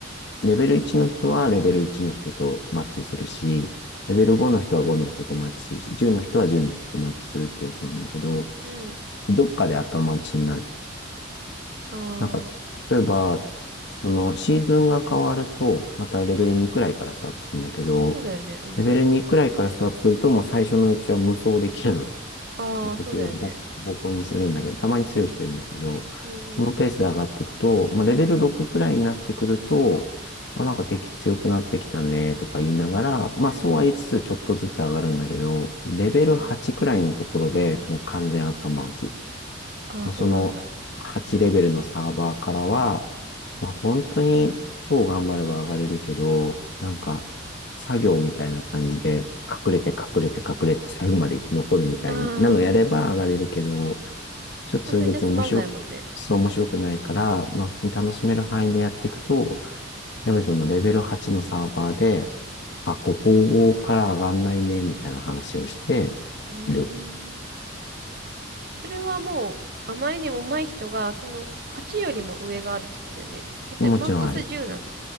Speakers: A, on the left; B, on the right.
A: レベル1の人はレベル1の人とマッチするし、レベル5の人は5の人とマッチするし、
B: うん、
A: 10の人は10の人とマッチするってやつなんだけど、
B: うん。
A: どっかで頭打ちになる。
B: ああ。
A: なんか、例えば、そのシーズンが変わると、またレベル2くらいからスタートするんだけど、
B: そうだよね。うん。
A: レベル2くらいからスタートすると、もう最初のうちは無双できるのよ。
B: ああ、
A: もう敵をボ、
B: そうだよね。
A: ボコボコにするんだけど、たまに強いしてるんだけど、
B: うん。うんうん。
A: そのペースで上がっていくと、まあ、レベル6くくらいになってくると、あ、なんか敵強くなってきたねとか言いながら、まあそうは言いつつちょっとずつ上がるんだけど、
B: うんうん。
A: レベル8くらいのところでもう完全頭打ち。
B: うんうん。ああ、
A: まあその8レベルのサーバーからは、
B: そうなんだ。
A: まあ、本当に超頑張れば上がれるけど、なんか作業みたいな感じで隠れて隠れて隠れて最後まで生き残るみたいなのやれば上がれるけど、
B: ああ。
A: ちょっとそれ別に面白く、
B: あ、それじゃつまんないもんね。
A: そう面白くないから、
B: うん。
A: まあ普通に楽しめる範囲でやっていくと、やっぱりそのレベル8のサーバーで、あ、ここから上がんないね、みたいな話をして
B: うーん。
A: る。
B: それはもう、あまりにも上手い人が、その、8よりも上があるってことだよね。だって、
A: もちろんある。
B: マックス10なの。